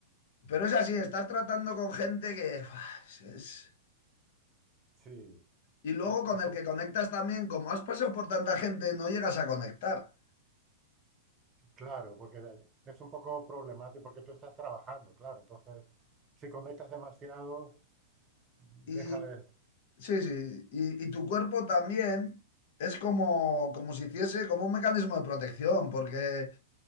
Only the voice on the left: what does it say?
Pero es así, estás tratando con gente que uf, es...
Y luego
con
el
que conectas también, como has pasado por tanta gente, no llegas a conectar.
Y
sí, sí, y, y tu cuerpo también es como, como si hiciese como un mecanismo de protección, porque